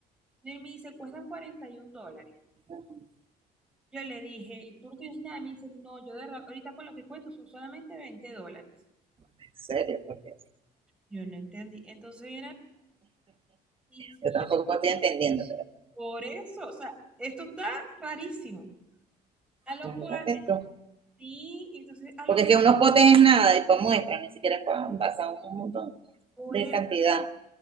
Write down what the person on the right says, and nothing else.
Ujú.
¿En serio? Porque
yo
tampoco estoy entendiendo,
pero imagínate
tú.
Porque es que unos potes es nada y para muestra, ni siquiera es para envasar un montón
de
cantidad.